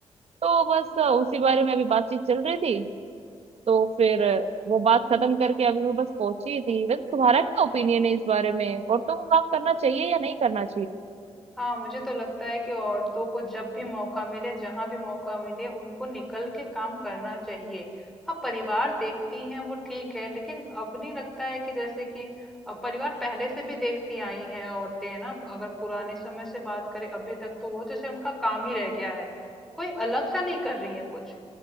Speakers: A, on the right (about 65°); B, in the centre.
A: तो बस अ, उसी बारे में अभी बातचीत चल रही थी तो फिर अ, वो बात खत्म करके अभी मैं बस पहुंची ही थी वैसे तुम्हारा क्या ओपिनियन है इस बारे में औरतों को काम करना चाहिए या नहीं करना
B: हाँ मुझे तो लगता है कि औरतों को जब भी मौका मिले जहां भी मौका मिले उनको निकल के काम करना चाहिए हाँ परिवार देखती हैं वो ठीक है लेकिन अब नहीं लगता है कि जैसे कि अ, परिवार पहले से भी देखती आई हैं औरतें है ना अगर पुराने समय से बात करें अभी तक तो वो जैसे उनका काम ही रह गया है कोई अलग सा नहीं कर रही है कुछ